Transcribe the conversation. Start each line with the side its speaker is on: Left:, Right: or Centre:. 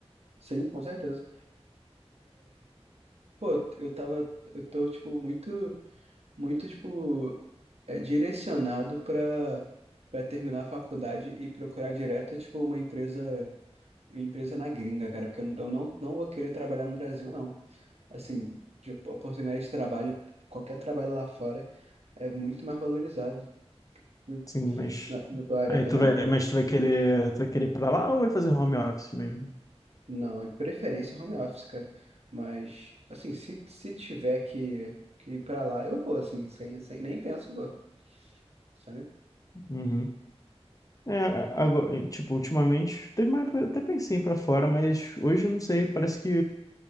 Right: Sim, com certeza. Pô, eu tava, eu tô, tipo, muito, muito, tipo, é, direcionado pra, pra terminar a faculdade e procurar direto, tipo, uma empresa, uma empresa na gringa, cara, porque eu não, eu não, não vou querer trabalhar no Brasil, não. Assim, de op- oportunidade de trabalho, qualquer trabalho lá fora é muito mais valorizado. E
Left: Sim, mas
Right: Na, na tua área
Left: aí
Right: também?
Left: tu vai, mas tu vai querer, tu vai querer ir para lá ou vai fazer home office mesmo?
Right: Não, de preferência home office, cara. Mas, assim, se, se tiver que, que ir pra lá, eu vou, assim, sem, sem, nem penso e vou, sabe?
Left: Uhum. É, a- agora, tipo, ultimamente, teve uma época, que eu até pensei em ir para fora, mas hoje eu não sei, parece que